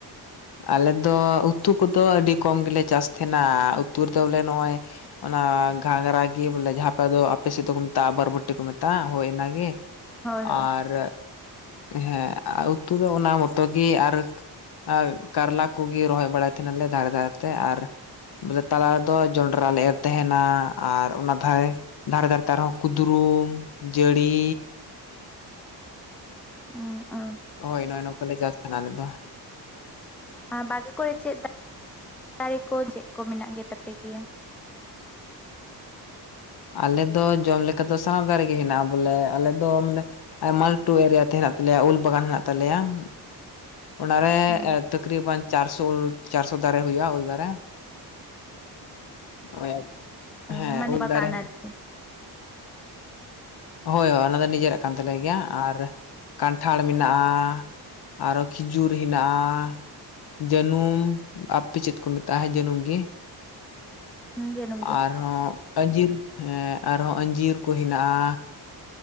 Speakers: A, on the left; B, in the centre.
A: ᱟᱞᱮ ᱫᱚ ᱩᱛᱩ ᱠᱚᱫᱚ ᱟᱹᱰᱤ ᱠᱚᱢ ᱜᱮᱞᱮ ᱪᱟᱥ ᱛᱟᱦᱮᱱᱟ ᱩᱛᱩ ᱨᱮᱫᱚ ᱵᱚᱞᱮ ᱱᱚᱜᱼᱚᱭ ᱚᱱᱟ ᱜᱷᱟᱝᱜᱨᱟ ᱜᱤ ᱵᱚᱞᱮ ᱡᱟᱦᱟᱸ ᱯᱮ ᱫᱚ ᱟᱯᱮ ᱥᱮᱫ ᱫᱚᱠᱚ ᱢᱮᱛᱟᱜᱼᱟ ᱵᱟᱨᱵᱚᱴᱤ ᱠᱚ ᱢᱮᱛᱟᱜᱼᱟ ᱦᱳᱭ ᱟᱱᱟᱜᱤ
B: ᱦᱳᱭ ᱦᱳᱭ
A: ᱟᱨ ᱦᱮᱸ ᱩᱛᱩ ᱫᱚ ᱚᱱᱟ ᱢᱚᱛᱚ ᱜᱤ ᱟᱨ ᱟᱨ ᱠᱟᱨᱞᱟ ᱠᱚᱜᱤ ᱨᱚᱦᱚᱭ ᱵᱟᱲᱟᱭ ᱛᱟᱸᱦᱮᱱᱟᱞᱮ ᱫᱷᱟᱨᱮ ᱫᱷᱟᱨᱮ ᱛᱮ ᱟᱨ ᱵᱚᱞᱮ ᱛᱟᱞᱟ ᱨᱮᱫᱚ ᱡᱚᱱᱰᱨᱟ ᱞᱮ ᱮᱨ ᱛᱟᱦᱮᱱᱟ ᱟᱨ ᱚᱱᱟ ᱫᱷᱟᱭ ᱫᱷᱟᱨᱮ ᱫᱷᱟᱨᱮᱛᱮ ᱟᱨᱦᱚᱸ ᱠᱩᱫᱽᱨᱩᱢ ᱡᱟᱹᱲᱤ
B: <unintelligible>
A: ᱦᱳᱭ ᱱᱚᱜᱼᱚᱭ ᱱᱚᱝᱠᱟ ᱞᱮ ᱪᱟᱥ ᱛᱟᱦᱮᱱᱟ ᱟᱞᱮ ᱫᱚ᱾
B: ᱟᱸ ᱵᱟᱨᱜᱮ ᱠᱚᱨᱮ ᱪᱮᱫ ᱫᱟᱨᱮ ᱠᱚ ᱪᱮᱜ ᱠᱚ ᱢᱮᱱᱟᱜ ᱜᱮᱛᱟᱯᱮ ᱜᱮᱭᱟ‌?
A: ᱟᱞᱮ ᱫᱚ ᱡᱚᱢ ᱞᱮᱠᱟ ᱫᱚ ᱥᱟᱱᱟᱢ ᱫᱟᱲᱮ ᱜᱮ ᱦᱮᱱᱟᱜᱼᱟ ᱵᱚᱞᱮ ᱟᱞᱮ ᱫᱚ ᱵᱚᱞᱮ ᱟᱭᱢᱟ ᱞᱟᱹᱴᱩ ᱮᱨᱤᱭᱟ ᱛᱮ ᱦᱮᱱᱟᱜ ᱛᱟᱞᱮᱭᱟ ᱩᱞ ᱵᱟᱜᱟᱱ ᱦᱮᱱᱟᱜ ᱛᱟᱞᱮᱭᱟ ᱟᱸ ᱚᱱᱟᱨᱮ
B: ᱦᱩᱸ
A: ᱛᱟᱹᱠᱨᱤᱵᱟᱱ ᱪᱟᱨᱥᱚ ᱩᱞ ᱪᱟᱨᱥᱚ ᱫᱟᱨᱮ ᱦᱩᱭᱩᱜᱼᱟ ᱩᱞ ᱫᱟᱨᱮ᱾ ᱦᱳᱭ
B: ᱚ
A: ᱦᱮᱸ
B: ᱢᱟᱱᱮ
A: ᱩᱞ
B: ᱵᱟᱜᱟᱱ
A: ᱫᱟᱨᱮ
B: ᱟᱨᱠᱤ
A: ᱦᱳᱭ ᱚᱱᱟ ᱫᱚ ᱱᱤᱡᱮᱨᱟᱜ ᱠᱟᱱ ᱛᱟᱞᱮ ᱜᱮᱭᱟ ᱟᱨ ᱠᱟᱱᱴᱷᱟᱲ ᱢᱤᱱᱟᱜᱼᱟ ᱟᱨᱚ ᱠᱷᱤᱡᱩᱨ ᱦᱤᱱᱟᱜᱼᱟ ᱡᱟᱹᱱᱩᱢ ᱟᱯᱮ ᱪᱮᱫ ᱠᱩ ᱢᱮᱛᱟᱜᱼᱟ ᱡᱟᱹᱱᱩᱢ ᱜᱤ
B: ᱦᱩᱸ ᱡᱟᱹᱱᱩᱢ ᱜᱮ
A: ᱟᱨᱦᱚᱸ ᱟᱸᱡᱤᱨ ᱦᱮᱸ ᱟᱨᱦᱚᱸ ᱟᱸᱡᱤᱨ ᱠᱚ ᱦᱤᱱᱟᱜᱼᱟ